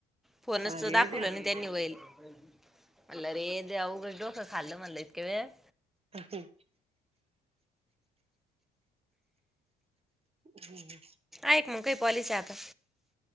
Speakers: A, in the centre; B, on the right.
A: फोनच
B: अरे
A: तर दाखवलं
B: देवा
A: ना त्यांनी वई म्हटलं रे देवा उगीच डोकं खाल्लं म्हणलय <unintelligible>
B: ह हम्म हं
A: आय क मंग काय पॉलिसी आता?